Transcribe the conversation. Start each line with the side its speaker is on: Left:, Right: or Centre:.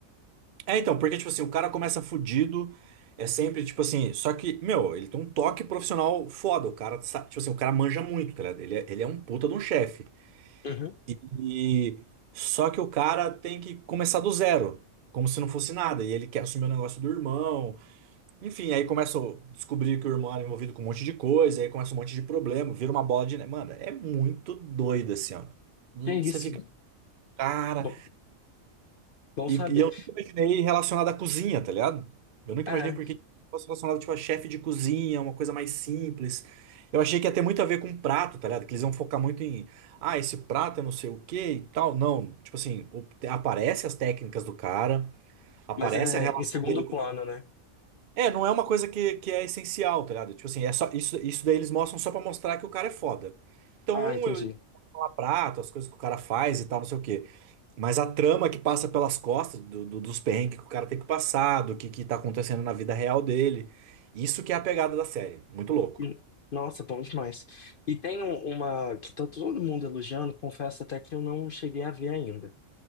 Right: É, então, porque, tipo assim, o cara começa fudido, é sempre, tipo assim, só que, meu, ele tem um toque profissional foda. O cara, sa- tipo assim, o cara manja muito, tá ligado? Ele é, ele é um puta de um chefe.
Left: Uhum.
Right: E só que o cara tem que começar do zero, como se não fosse nada. E ele quer assumir o negócio do irmão. Enfim, aí começa a descobrir que o irmão era envolvido com um monte de coisa, aí começa um monte de problema, vira uma bola de neve. Mano, é muito doido assim, ó. Hum,
Left: É isso.
Right: Você fica, cara.
Left: Bom, bom
Right: E,
Left: saber.
Right: e eu nunca imaginei relacionado à cozinha, tá ligado? Eu nunca
Left: É,
Right: imaginei porque fosse relacionado, tipo, a chefe de cozinha, uma coisa mais simples. Eu achei que ia ter muito a ver com prato, tá ligado? Que eles iam focar muito em, ah, esse prato é não sei o quê e tal. Não, tipo assim, o- te- aparece as técnicas do cara, aparece
Left: mas é
Right: a relação
Left: em segundo
Right: dele com...
Left: plano, né?
Right: É, não é uma coisa que, que é essencial, tá ligado? Tipo assim, é só, isso, isso daí eles mostram só pra mostrar que o cara é foda. Então,
Left: Ah, entendi.
Right: eu ia falar prato, as coisas que o cara faz e tal, não sei o quê. Mas a trama que passa pelas costas do- do- dos perrengues que o cara tem que passar, do que, que tá acontecendo na vida real dele. Isso que é a pegada da série. Muito louco.
Left: Hum, Nossa, bom demais. E tem um- uma que tá todo mundo elogiando, confesso até que eu não cheguei a ver ainda.